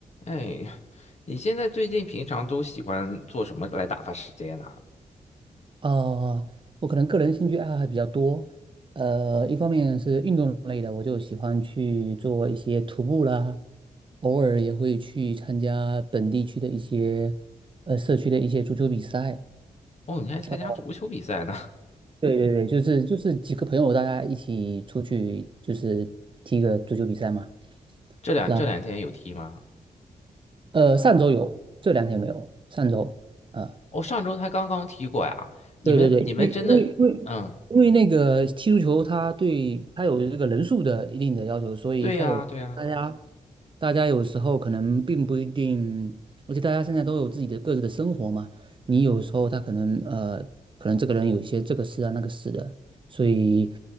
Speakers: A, on the left; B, on the right.
A: 哎，你现在最近平常都喜欢做什么来打发时间呢、
B: 呃，我可能个人兴趣爱好还比较多，呃，一方面是运动类的，我就喜欢去做一些徒步啦，偶尔也会去参加本地区的一些呃社区的一些足球比赛。
A: 哦，你还参加足球比赛呢？
B: 呃对对对，就是就是几个朋友大家一起出去，就是踢个足球比赛嘛。
A: <laughs> 这两这两天有踢吗？
B: 然后呃，上周有，这两天没有，上周。啊。
A: 哦，上周才刚刚踢过呀。你们你们真的，
B: 对对对，因为因为因为因为那个踢足球，
A: 嗯，
B: 它对它有这个人数的一定的要求，所以它有大家
A: 对呀对呀，
B: 大家有时候可能并不一定，而且大家现在都有自己的各自的生活嘛，你有时候他可能呃可能这个人有一些这个事啊那个事的，所以